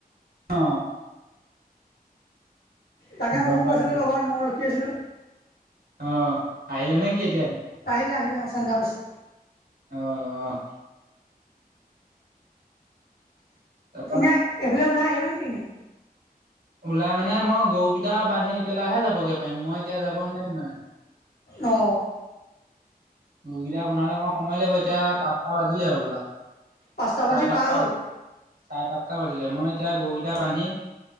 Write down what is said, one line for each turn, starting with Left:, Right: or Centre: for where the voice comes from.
Right: অ।
Left: তাকে
Right: গম
Left: ময়ো
Right: পাইছিলো
Left: গৈছিলোঁ লগত ময়ো ৰখি আছিলোঁ।
Right: অ আহিলে নে কি এতিয়া?
Left: আহিলে আহিলে চেণ্টাৰত আছে।
Right: অ, অ। তাৰপা
Left: এনেই এইফালে ওলাই আহিবা নেকি?
Right: ওলাই মানে মই গৰুকেইটা বান্ধি পেলাইহে যাবগে পাৰিম। মই এতিয়া যাব নোৱাৰিম মানে।
Left: অ।
Right: গৰুকেইটা বান্ধালে অকণমান সময় লাগিব। এতিয়া পাঁচটা বাজিলেই হ'বলা।
Left: পাঁচটা
Right: চাৰে
Left: বাজি পাৰ হ'ল।
Right: বাজিলে চাৰে পাঁচটা বাজিলে। মই এতিয়া গৰুকেইটা বান্ধিম।